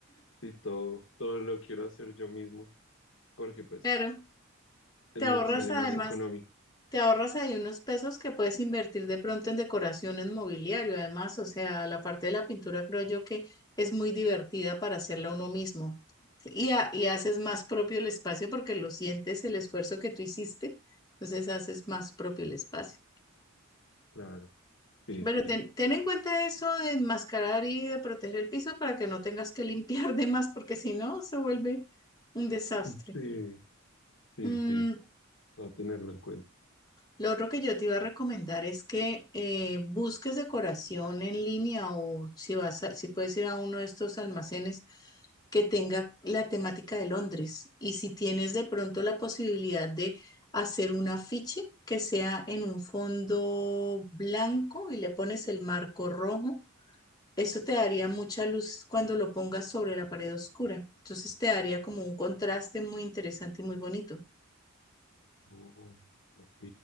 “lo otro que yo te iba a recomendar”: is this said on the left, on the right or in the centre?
Left